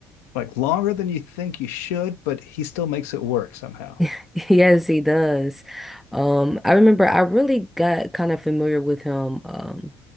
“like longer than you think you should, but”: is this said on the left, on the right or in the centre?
Left